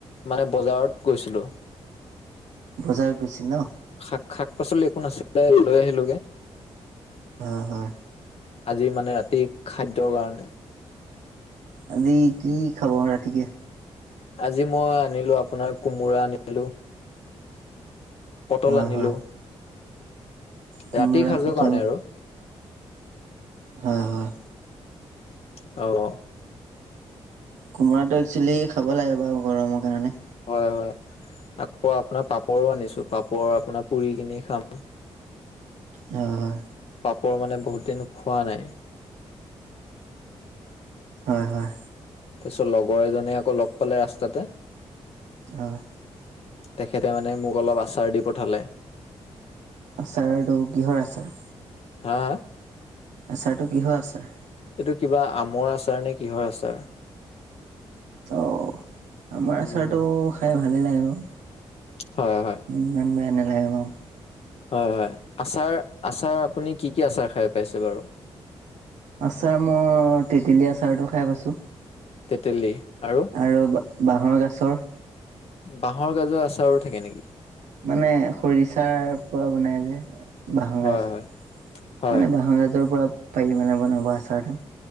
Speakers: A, on the left; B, on the right.
A: মানে বজাৰত গৈছিলো।
B: বজাৰত গৈছিল ন?
A: শাক, শাক পাচলি একো নাছিলে, লৈ আহিলোগে।
B: অ', হয়।
A: আজি মানে ৰাতিৰ খাদ্যৰ কাৰণে।
B: আজি কি খাব ৰাতিকে?
A: আজি মই আনিলো, আপোনাৰ কোমোৰা আনিলো, পটল
B: হয়
A: আনিলো।
B: হয় কোমোৰা
A: ৰাতিৰ সাজৰ
B: পটল
A: কাৰণে আৰু।
B: হয় হয়।
A: অ'।
B: কোমৰাটো একচোৱেলি খাব লাগে বাৰু, গৰমৰ কাৰণে।
A: হয় হয়, আকৌ আপোনাৰ পাপৰো আনিছো, পাপৰ আপোনাৰ পুৰি কিনি খাম।
B: হয়
A: পাপৰ মানে বহুত দিন খোৱা নাই।
B: হয় হয়।
A: তাৰপিছত লগৰ এজনে আকৌ ল'গ পালে ৰাস্তাতে।
B: অহ।
A: তেখেতে মানে মোক অলপ আচাৰ দি পঠালে।
B: আচাৰটো, কিহৰ আচাৰ?
A: হা হা?
B: আচাৰতটো কিহৰ আচাৰ?
A: এইটো কিবা আমৰ আচাৰ নে কিহৰ আচাৰ।
B: অ'। আমাৰ আচাৰটো
A: উম
B: খাই ভালেই লাগে বাৰু,
A: হয় হয়
B: ইমান বেয়া নালাগে বাৰু।
A: হয় হয়, আচাৰ, আচাৰ আপুনি কি কি আচাৰ খাই পাইছে বাৰু?
B: আচাৰ মই, তেতেলী আচাৰটো খাই পাইছো
A: তেতেলী আৰু
B: আৰু বা-বাঁহৰ গাছৰ-?
A: বাঁহৰ গাছৰ আচাৰো থাকে নেকি?
B: মানে খৰিচাৰ পৰা বনাই যে! বাঁহৰ
A: হয়
B: গাছ,
A: হয় হয়
B: মানে বাঁহৰ গাছৰ পৰা পাৰি মানে বনাব আচাৰটো।